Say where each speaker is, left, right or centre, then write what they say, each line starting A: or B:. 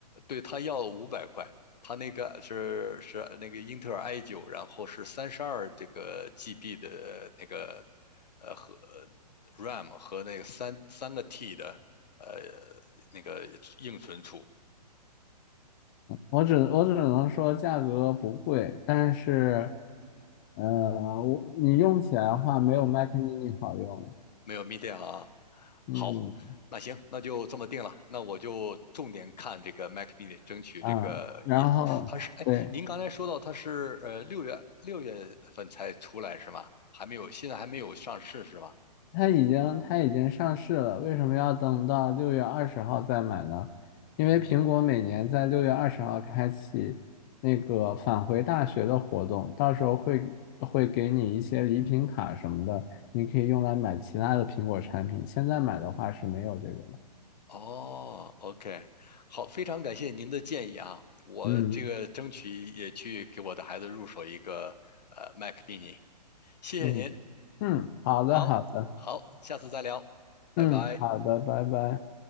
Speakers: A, on the left; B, on the left.
A: 对他要五百块，他那个是是那个英特尔 i 九，然后是三十二这个 GB 的那个呃和 RAM 和那个三三个 T 的呃那个硬存储，
B: 我只我只能说价格不贵，但是，呃，我你用起来的话没有 Mac mini 好用。
A: 没有 Media
B: 嗯
A: 好。那行，那就这么定了。那我就重点看这个 Mac Mini，争取这个也，
B: 啊，然后对。
A: 它是哎，您刚才说到它是呃六月六月份才出来是吗？还没有，现在还没有上市是吗？
B: 它已经它已经上市了，为什么要等到六月二十号再买呢？因为苹果每年在六月二十号开启那个返回大学的活动，到时候会会给你一些礼品卡什么的，你可以用来买其他的苹果产品。现在买的话是没有这个的。
A: 哦，OK，好，非常感谢您的建议啊，我这个争取也去给我的孩子入手一个呃
B: 嗯
A: Mac mini，谢谢您，
B: 嗯嗯，好的好的，
A: 好，好，下次再聊，拜拜。
B: 嗯好的，拜拜。